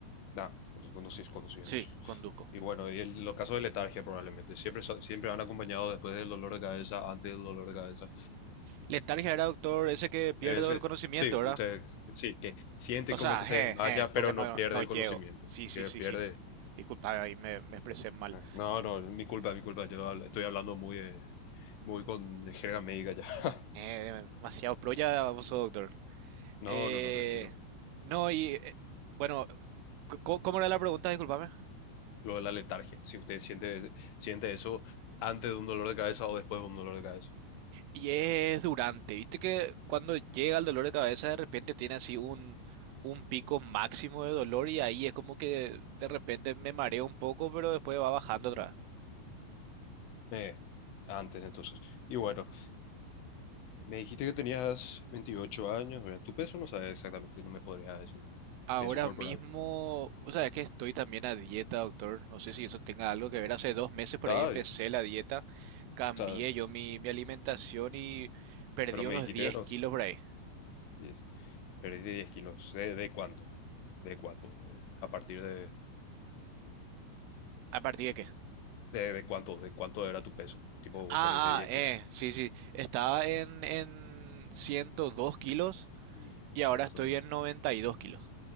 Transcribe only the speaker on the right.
sí,
conduzco.
Letargia era, doctor, ese que pierdo
el conocimiento,
¿verdad?
O
sea,
je,
je,
porque no,
no
llego.
Sí, sí,
sí,
sí. Disculpa, ahí me, me expresé mal.
Eh, demasiado pro ya, vos doctor. Eh,
no, y eh, bueno, ¿cómo, cómo era la pregunta? Disculpame.
Y es durante, viste que cuando llega el dolor de cabeza de repente tiene así un, un pico máximo de dolor y ahí es como que de repente me mareo un poco, pero después va bajando otra
Ahora
mismo, o sea, es que estoy también a dieta, doctor. No sé si eso tenga algo que ver. Hace dos meses
por ahí empecé
la dieta, cambié
yo mi, mi alimentación y perdí
unos
diez
kilos por ahí.
¿A partir de qué?
Ah,
ah, eh,
sí, sí. Estaba en, en 102 kilos
y
ahora estoy en 92 kilos.